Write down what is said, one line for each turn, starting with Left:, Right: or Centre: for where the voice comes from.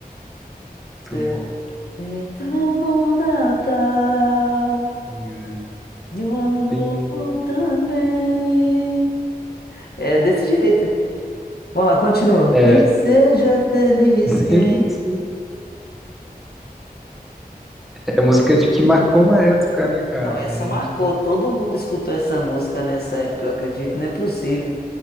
Centre: muito
Left: tê-
Centre: bom.
Left: Então bom Natal.
Centre: É,
Left: E um ano novo
Centre: Tem,
Left: também. É desse jeito. Vamos lá, continua.
Centre: é,
Left: Que seja feliz
Centre: <laughs>
Left: quem.
Centre: ele sim, é música de que marcou uma época, né, cara?
Left: Não, essa
Centre: É,
Left: marcou. Todo mundo escutou essa música nessa época, eu acredito. Não é possível.